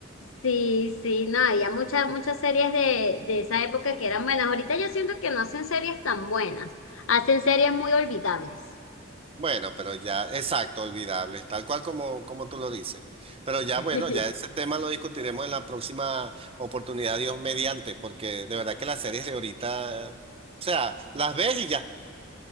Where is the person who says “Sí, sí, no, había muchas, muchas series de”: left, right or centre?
Left